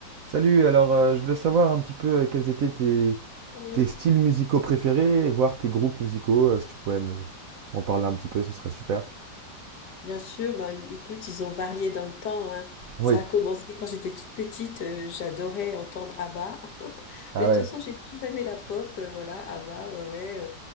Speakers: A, on the right; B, on the left.
A: Salut, alors euh, je voulais savoir un petit peu euh, quels étaient tes,
B: Oui,
A: tes styles musicaux préférés, voire tes groupes musicaux, euh, si tu pouvais me- m'en parler un petit peu, ce serait super.
B: bien sûr, bah, é- écoute, ils ont varié dans le temps, hein.
A: Oui.
B: Ça a commencé quand j'étais toute petite, euh, j'adorais entendre ABBA. <laughs>
A: Ah
B: Mais de
A: ouais.
B: toute façon, j'ai toujours aimé la pop, euh, voilà, ABBA, ouais, ouais. euh,